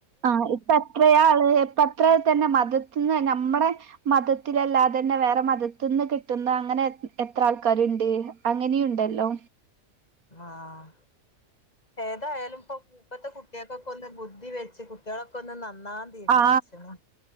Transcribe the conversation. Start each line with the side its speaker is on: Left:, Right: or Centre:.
Right: ആഹ് ഇപ്പ എത്രയാള് ഇപ്പ എത്ര തന്നെ മതത്ത്ന്ന് നമ്മടെ മതത്തിലല്ലാതെന്നെ വേറെ മതത്ത്ന്ന് കെട്ട്ന്ന അങ്ങനെ എ എത്ര ആൾക്കാര്ണ്ട് അങ്ങനിയുണ്ടല്ലോ
Left: ആഹ് ഏതായാലും ഇപ്പൊ ഇപ്പത്തെ കുട്ട്യേ മക്കക്കൊന്ന് ബുദ്ധി വെച്ച് കുട്ടികളൊക്കെ ഒന്ന് നന്നാവാൻ തീരുമാനിച്ചിണ്
Right: ആ